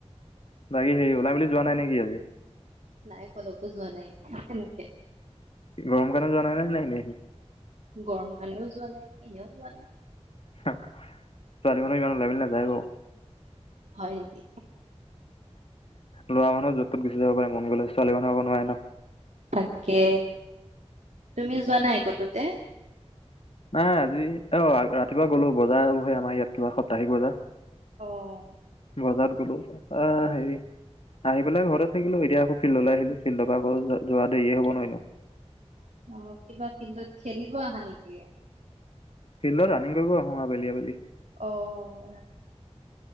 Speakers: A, on the left (about 55°); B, on the right (about 85°).
A: বাকী হেৰি, ওলাই মিলি যোৱা নাই নেকি আজি?
B: নাই কলৈকো যোৱা নাই তেনেকে।
A: গৰম কাৰণে যোৱা নাই নে, এনেইহে?
B: গৰম কাৰণেও যোৱা নাই। এনেও যোৱা নাই।
A: হা, ছোৱালী মানুহ ইমান ওলাই মেলি নাযায় বাও।
B: হয় নেকি।
A: ল'ৰা মানুহৰ য'ত ত'ত গুচি যাব পাৰে, মন গ'লে। ছোৱালী মানুহ আকৌ নোৱাৰে ন।
B: তাকে। তুমি যোৱা নাই কতোতে?
A: নাই। আজি, অ', ৰাতিপুৱা গলোঁ। বজাৰ বহে আমাৰ ইয়াত। কিবা সপ্তাহিক বজাৰ।
B: অ'।
A: বজাৰত গ'লো। আ, হেৰি, আহি পেলাই ঘৰতে থাকিলো। এতিয়া আকৌ ফিল্ডলে আহিলো। ফিল্ডৰ পৰা আকৌ যোৱা দেৰিয়েই হ'ব নহয় নেও।
B: অ', কিবা ফিল্ডত খেলিব আহা নেকি?
A: ফিল্ডত ৰানিং কৰিব আহোঁ। আবেলি, আবেলি।
B: অ'।